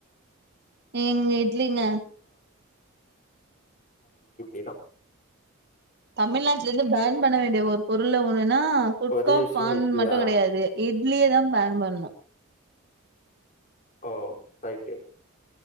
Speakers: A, on the right; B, on the left.
A: இங்க இட்லிங்க.
B: ஏதா.
A: தமிழ்நாட்டுல இருந்து பேர்ன் பண்ணவே. வேண்டிய ஒரு. பொருள்ள ஒண்ணுன்னா குட்கா
B: ஒரே விஷயோ
A: பான்
B: இட்லியா
A: மட்டும் கெடையாது இட். இட்லியதா பேன் பண்ணனு.
B: ஓ ரயிட்டு.